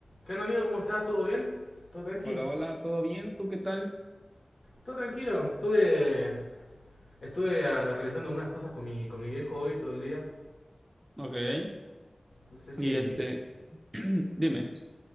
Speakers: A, on the left; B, on the right.
A: ¿Qué onda amigo? ¿Cómo estás? ¿Todo bien? ¿Todo tranquilo?
B: Hola, hola, ¿todo bien? ¿Tú qué tal?
A: ¿Todo tranquilo? Estuve, estuve ah, realizando algunas cosas con mi, con mi viejo hoy todo el día.
B: Ok.
A: No sé
B: Y
A: si,
B: este, <clears throat> dime.